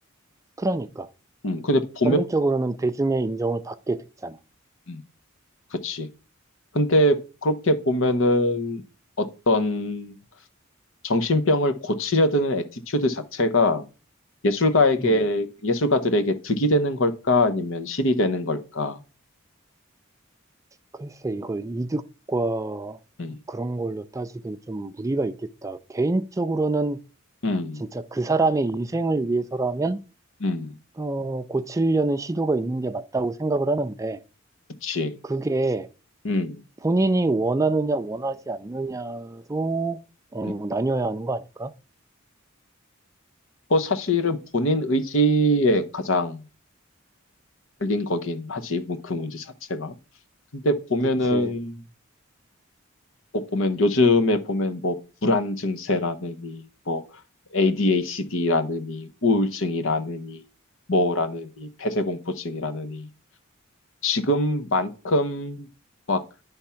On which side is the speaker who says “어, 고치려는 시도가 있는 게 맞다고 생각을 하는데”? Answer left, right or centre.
Right